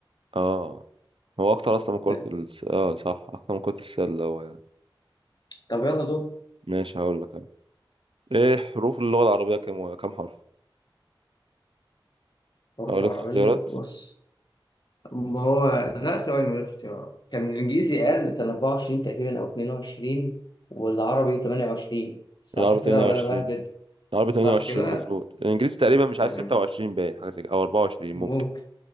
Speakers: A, on the right; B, on the left.
A: اه هو اكتر اصلا من كرة
B: لا.
A: الس... اه صح اكتر من كرة السلة هو يعني
B: طب يلا دول
A: ماشي هقول لك انا ايه حروف اللغة العربية كام كام حرف
B: حروف
A: هقول
B: العربية
A: لك اختيارات
B: بص ما هو لا ثواني من غير اختيارات كان الإنجليزي أقل كان 24 تقريبا أو 22 والعربي 28 صح
A: العربي 28
B: كده ولا أنا بهبد؟
A: العربي
B: صح
A: 28
B: كده؟
A: مظبوط الانجليزي تقريبا مش
B: تمام
A: عارف 26 باين حاجة زي كده او 24
B: ممكن
A: ممكن